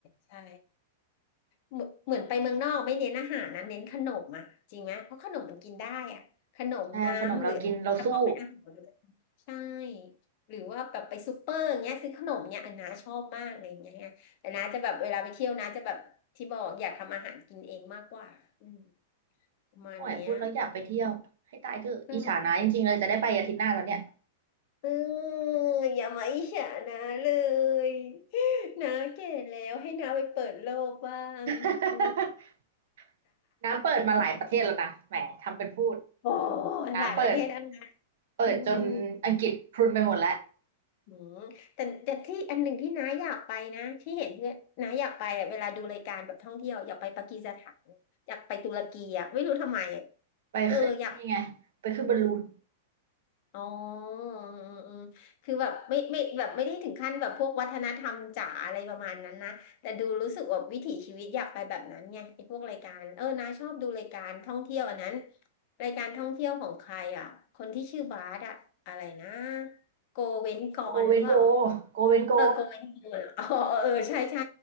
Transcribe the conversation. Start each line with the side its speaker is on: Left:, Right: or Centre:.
Left: ใช่ เหมือนเหมือนไปเมืองนอกไม่เน้นอาหารนะเน้นขนมอ่ะจริงไหมเพราะขนมมันกินได้อ่ะขนมน้ำหรือแต่พอเป็นอาหารเลย
Right: ใช่ขนมเรากินเราสู้
Left: ใช่หรือว่าแบบไปซูเปอร์อย่างเงี้ยซื้อขนมเนี้ยอันน้าชอบมากเลยอย่างเงี้ยแต่น้าจะแบบเวลาไปเที่ยวน้าจะแบบที่บอกอยากทำอาหารกินเองมากกว่าอืมประมาณเนี้ย
Right: โอ้ยพูดแล้วอยากไปเที่ยวให้ตายเถอะอิจฉานะจริงๆเลยจะได้ไปอาทิตย์หน้าแล้วเนี่ย
Left: เออเอออย่ามาอิจฉานะเลย <laughs> นะแก่แล้วให้น้าไปเปิดโลกบ้างอืม
Right: <laughs> น้าเปิดมาหลายประเทศแล้วนะแหมทำเป็นพูด
Left: <laughs> โอ้
Right: น้าเปิด
Left: หลายประเทศ
Right: เปิดจนอังกฤษพรุนไปหมดแล้ว
Left: อืมอืมแต่แต่ที่อันหนึ่งที่น้าอยากไปนะที่เห็นเพื่อนน้าอยากไปอะเวลาดูรายการแบบท่องเที่ยวอยากไปปากีสถานอยากไปตุรกีอ่ะไม่รู้ทำไมอะ
Right: ไปขึ้นนี่ไงไปขึ้นบอลลูน
Left: เอออยาก อ๋อเออเออคือแบบไม่ไม่แบบไม่ได้ถึงขั้นแบบพวกวัฒนธรรมจ๋าอะไรประมาณนั้นนะ แต่ดูรู้สึกว่าวิถีชีวิตอยากไปแบบนั้นไงไอ้พวกรายการ เออนาชอบดูรายการท่องเที่ยวอันนั้น รายการท่องเที่ยวของใครอ่ะคนที่ชื่อบาร์ดอะอะไรนะโกเว้นกรหรือเปล่า
Right: โกเวนโกโกเวนโก
Left: เออโกเวนกลเหรออ๋อเออเออใช่ใช่